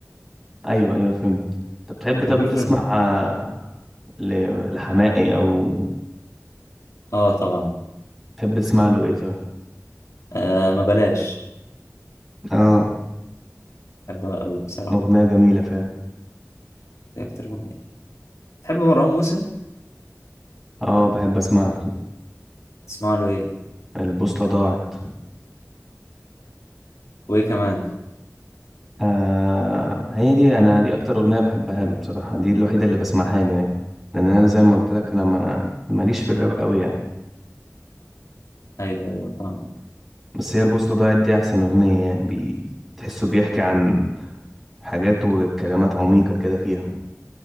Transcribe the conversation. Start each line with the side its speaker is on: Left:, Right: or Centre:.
Centre: أيوه أيوه فهمت أنت بتحب طب
Left: وبيفرق
Centre: تسمع
Left: م-
Centre: آه، ل- لحماقي أو
Left: اه طبعا
Centre: تحب تسمع له إيه طيب؟
Left: آه ما بلاش
Centre: اه
Left: بحبها قوي بصراحه
Centre: أغنية جميلة فعلا
Left: دي اكتر اغنيه تحب مروان موسى
Centre: اه بحب اسمع له
Left: تسمع له ايه
Centre: البوصلة ضاعت
Left: وايه كمان
Centre: آه هي دي انا دي اكتر أغنية بحبها له بصراحة دي الوحيدة اللي بسمعها له يعني لان انا زي ما قلت لك انا ما ماليش في الراب قوي يعني
Left: ايوه ايوه فاهم
Centre: بس هي البوصلة ضاعت دي احسن أغنية يعني بي... تحسه بيحكي عن حاجات وكلمات عميقة كده فيها